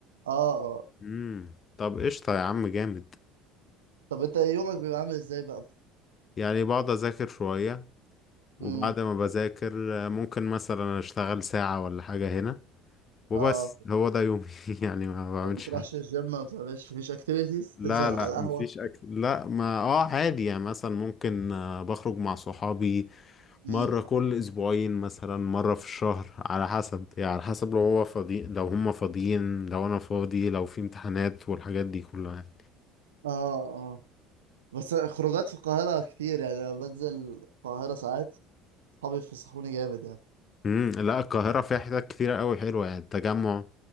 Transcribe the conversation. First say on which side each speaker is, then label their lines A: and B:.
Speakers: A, on the right; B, on the left.
A: اه اه
B: امم طب قشطه يا عم جامد
A: طب أنت يومك بيبقى عامل إزاي بقى؟
B: يعني بقعد اذاكر شويه وبعد
A: امم
B: ما بذاكر آه، ممكن مثلا اشتغل ساعه ولا حاجه هنا وبس
A: اه
B: هو ده يومي <laughs> يعني ما بعملش
A: ما بتروحش
B: حاجه
A: الجيم ما بتعملش مفيش أكتيفيتيز
B: لا
A: تنزل
B: لا
A: على القهوة
B: مفيش اكل لا ما اه عادي يعني مثلا ممكن آه، بخرج مع صحابي مرة
A: امم
B: كل اسبوعين مثلا مرة في الشهر على حسب يعني على حسب لو هو فاضي لو هم فاضيين لو انا فاضي لو في امتحانات والحاجات دي كلها يعني.
A: اه اه بس خروجات في القاهرة كتير يعني لو بنزل القاهرة ساعات صحابي يفسحوني جامد يعني
B: امم لا القاهرة فيها حتت كتيرة قوي حلوة يعني التجمع